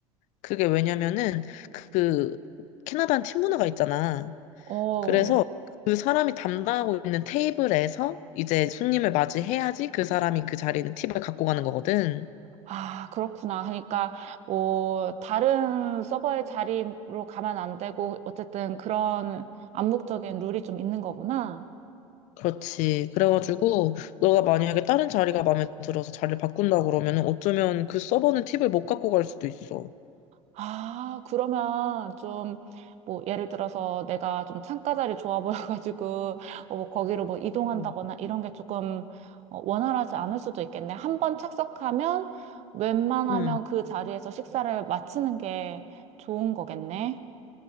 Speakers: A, on the left (about 45°); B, on the right (about 40°).
A: 그게 왜냐면은, 그, 캐나다는 팀 문화가 있잖아.
B: 어.
A: 그래서 그 사람이 담당하고 있는 테이블에서 이제 손님을 맞이해야지 그 사람이 그 자리에 있는 팁을 갖고 가는 거거든.
B: 아, 그렇구나. 그러니까 뭐 다른 서버의 자리로 가면 안 되고 어쨌든 그런 암묵적인 룰이 좀 있는 거구나.
A: 그렇지. 그래가지고, 너가 만약에 다른 자리가 마음에 들어서 자리를 바꾼다 그러면은 어쩌면 그 서버는 팁을 못 갖고 갈 수도 있어.
B: 아, 그러면 좀, 뭐, 예를 들어서 내가 좀 창가 자리 좋아 <laughs> 보여가지고, 어, 뭐 거기로 뭐 이동한다거나
A: 음.
B: 이런 게 조금 어, 원활하지 않을 수도 있겠네. 한번 착석하면 웬만하면
A: 응.
B: 그 자리에서 식사를 마치는 게 좋은 거겠네.